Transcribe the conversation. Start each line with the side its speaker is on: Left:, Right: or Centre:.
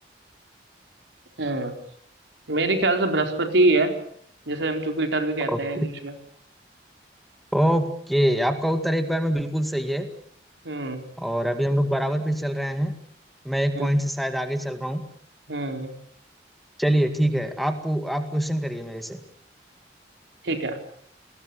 Right: हम्म मेरे ख्याल से बृहस्पति ही है जिसे हम जुपिटर भी कहते
Centre: ओके
Right: हैं इंग्लिश में
Centre: ओके आपका उत्तर एक बार में बिल्कुल सही है
Right: हम्म
Centre: और अभी हम लोग बराबर पे चल रहे हैं मैं एक
Right: हम्म
Centre: पॉइंट से शायद आगे चल रहा हूँ
Right: हम्म,
Centre: चलिए ठीक है आप आप क्वेश्चन करिए मेरे से
Right: ठीक है